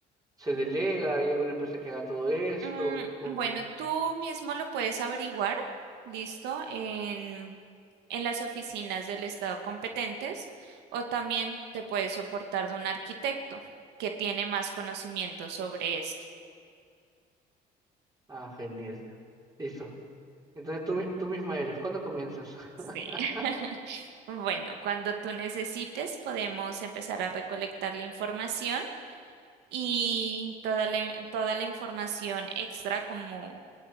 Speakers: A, on the right; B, on the right.
A: se delega, hay alguna empresa que haga todo esto
B: Mm,
A: o...
B: bueno, tú mismo lo puedes averiguar, listo, en, en las oficinas del Estado competentes o también te puedes soportar de un arquitecto que tiene más conocimiento sobre esto.
A: Ah, genial. Listo. Entonces tú, mi- tú misma eres, ¿cuándo comienzas?
B: Sí.
A: <laughs>
B: <laughs> Bueno, cuando tú necesites, podemos empezar a recolectar la información y toda la, toda la información extra como